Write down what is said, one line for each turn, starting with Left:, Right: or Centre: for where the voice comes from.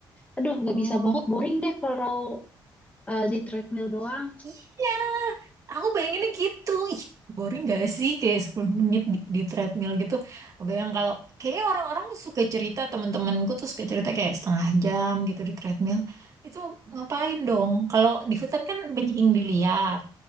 Left: aduh nggak
Right: Oh.
Left: bisa banget boring deh kalau eh, di treadmill doang.
Right: Iya, aku bayanginnya gitu. Ih, boring gak sih kayak 10 menit di, di treadmill gitu. Kebayang kalau kayaknya orang-orang suka cerita, teman-temanku tuh suka cerita kayak setengah jam gitu di treadmill. Itu ngapain dong? Kalau di hutan kan banyak yang dilihat.